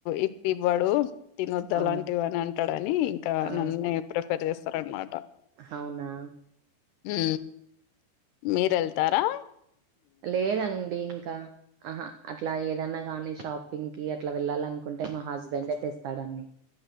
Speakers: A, on the left; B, on the right.
A: ఇప్పివ్వడు తినొద్దు అలాంటివి
B: అవును.
A: అని అంటాడని ఇంకా
B: ఆ!
A: నన్నే ప్రిఫెర్ చేస్తారనమాట
B: అవునా
A: ఉ మీరెళ్తారా
B: లేదండి ఇంకా ఆహా అట్లా ఏదన్నా కానీ షాపింగ్కి అట్ ఇట్లా వెళ్ళాలనుకుంటే మా హస్బెండే తెస్తాడన్ని